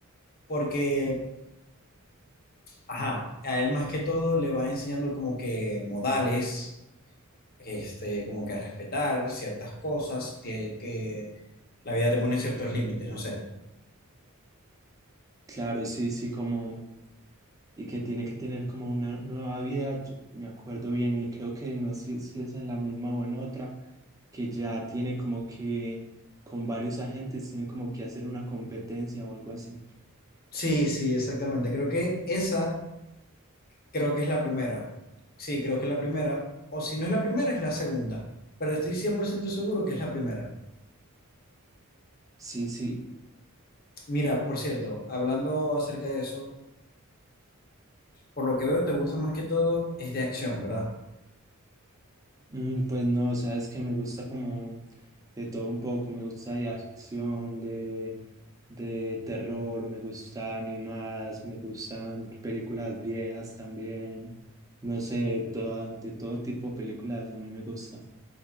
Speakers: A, on the left; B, on the right.
A: Porque, ajá, a él más que todo le va enseñando como que modales este, como que a respetar ciertas cosas, que, que la vida te pone ciertos límites, no sé.
B: Claro, sí, sí, como y que tiene que tener como una nueva vida. Yo me acuerdo bien y creo que no sé si si es en la misma o en otra, que ya tiene como que con varios agentes tienen como que hacer una competencia o algo así.
A: Sí, sí, exactamente. Creo que esa, creo que es la primera. Sí, creo que es la primera, o si no es la primera, es la segunda, pero estoy 100% seguro que es la primera.
B: Sí, sí,
A: Mira, por cierto, hablando acerca de eso, por lo que veo te gusta más que todo es de acción, ¿verdad?
B: Mm, pues no, sabes que me gusta como de todo un poco, me gusta de acción, de, de terror, me gustan animadas, me gustan películas viejas también, no sé, de, toda- de todo tipo de películas, a mí me gusta.